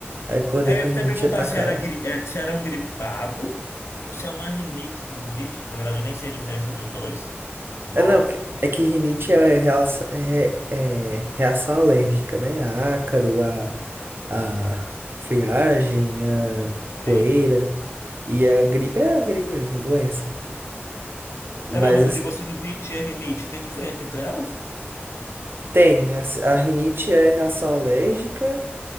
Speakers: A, on the right (about 55°); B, on the left (about 75°).
A: Aí acordei
B: É, Eu
A: com
B: ia
A: a
B: até
A: rinite
B: perguntar
A: atacada.
B: se era, gri- eh, se era um gripado ou se é uma rinite, sinusite. Na verdade, nem sei a diferença dos dois, mas
A: É, não, que- é que rinite é, relação, é, é é reação alérgica, né? A ácaro, a, a friagem, a poeira.
B: sim.
A: E a gripe é a gripe mesmo, a doença. Mas
B: É, não, mas
A: assim,
B: eu digo, a sinusite e a rinite, tem diferença entre elas?
A: tem, a, a rinite é reação alérgica